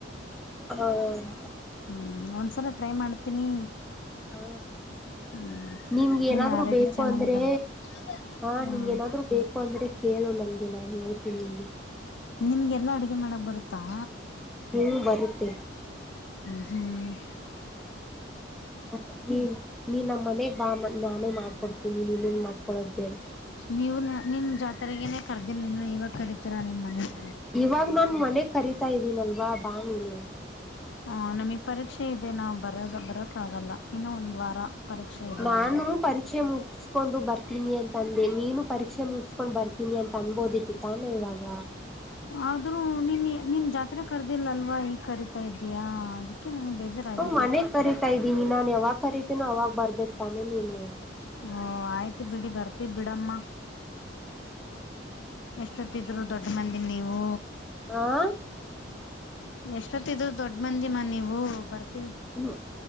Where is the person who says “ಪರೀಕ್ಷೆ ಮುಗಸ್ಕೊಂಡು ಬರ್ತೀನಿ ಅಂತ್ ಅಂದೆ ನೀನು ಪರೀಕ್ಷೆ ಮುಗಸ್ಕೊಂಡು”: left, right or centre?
Centre